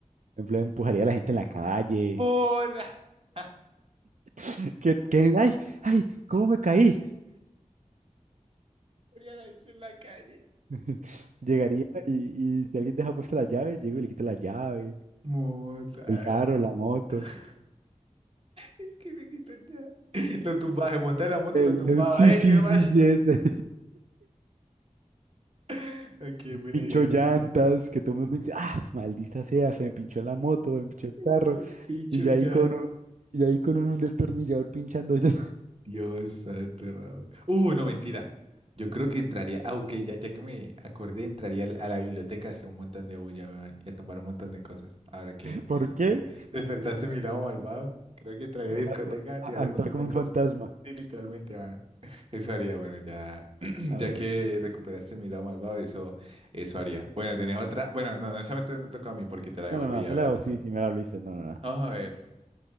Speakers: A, on the right (about 85°); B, on the right (about 50°).
A: Por ejemplo, empujaría a la gente en la calle.
B: ¡Mota! <laughs>
A: <laughs> Que, que, ay, ay, ¿cómo me caí?
B: Haría la gente en la calle.
A: <laughs> Llegaría y, y si alguien deja puesta la llave, llego y le quito la llave,
B: ¡Mota, agarrado!
A: el carro, la moto.
B: <laughs> Es que me quitan ya. <laughs> Lo tumbaba, se montaba en la moto
A: El-
B: y lo tumbaba.
A: el- sí,
B: ¡Ey,
A: sí,
B: qué me
A: sí,
B: pasa!
A: sí. ese.
B: <laughs> Ok, buena
A: pinchó
B: idea,
A: llantas,
B: güey.
A: que todo el mundo dice, ah, maldita sea, se me pinchó la moto, me pinchó el
B: Es
A: carro,
B: que picho
A: y ya
B: ya.
A: ahí con un, y ya ahí con un destornillador pinchando. <laughs>
B: Dios santo, Raúl. Uh, no, mentira. Yo creo que entraría. Ah, ok, ya, ya que me acordé, entraría al- a la biblioteca a hacer un montón de bulla, weón, y a tomar un montón de cosas. Ahora que,
A: ¿Por qué?
B: que despertaste mi lado malvado, creo que entraría a la discoteca
A: A-
B: a tirar
A: a-
B: un
A: actuar
B: montón
A: como
B: de
A: un
B: cosas.
A: fantasma.
B: Sí, literalmente, mano. Eso haría, bueno, ya, <clears throat>
A: Ah,
B: ya
A: bueno.
B: que recuperaste mi lado malvado, eso, eso haría. Bueno, ¿tenés otra? Bueno, no, no, esa me, to- me toca a mí porque te la devolví.
A: No, no, no,
B: A
A: se la
B: ver.
A: hago, sí, sí, me la hice, no, no, no.
B: Vamos a ver.